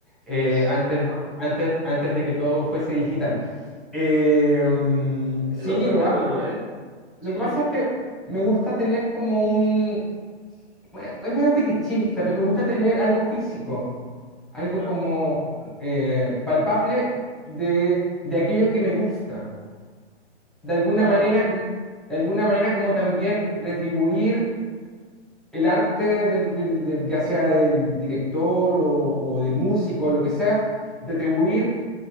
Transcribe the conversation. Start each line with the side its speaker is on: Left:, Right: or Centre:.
Centre: eh,
Right: Es...
Centre: antes,
Right: Ajá.
Centre: antes, antes de que todo fuese digital. Eh, mm, sí,
Right: Es bastante
Centre: lo hago.
Right: bueno, ¿eh? Sí.
Centre: Lo que pasa es que me
Right: Ujú.
Centre: gusta tener como un... bueno, es medio fetichista, pero me gusta tener algo físico, algo
Right: Claro,
Centre: como eh, palpable de, de aquello que me gusta de alguna
Right: claro,
Centre: manera, como- de alguna manera como también retribuir el arte del, del- del- ya sea del director o, o del músico o lo que sea, retribuir